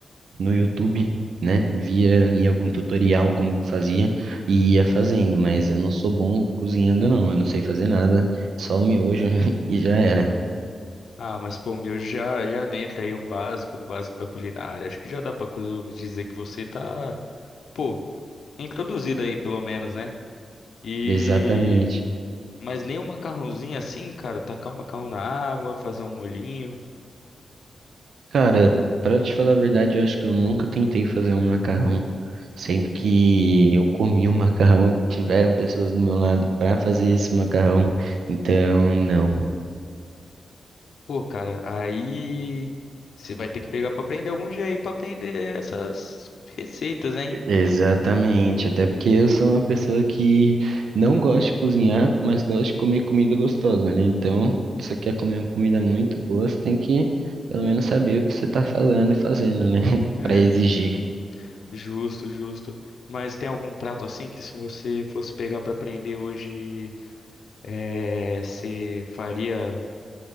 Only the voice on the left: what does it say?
Ah, mas pô, o meu já já dentro aí o básico do básico da culinária. Acho que já dá pra coisa- dizer que você tá, pô, introduzida aí, pelo menos, né? E.
Mas nem um macarrãozinho assim, cara, tacar um macarrão na água, fazer um molhinho.
Pô, cara, aí. Você vai ter que pegar pra aprender algum jeito aí pra aprender essas receitas, hein?
<laughs>
Justo, justo. Mas tem algum prato assim que se você fosse pegar pra aprender hoje, é, você faria,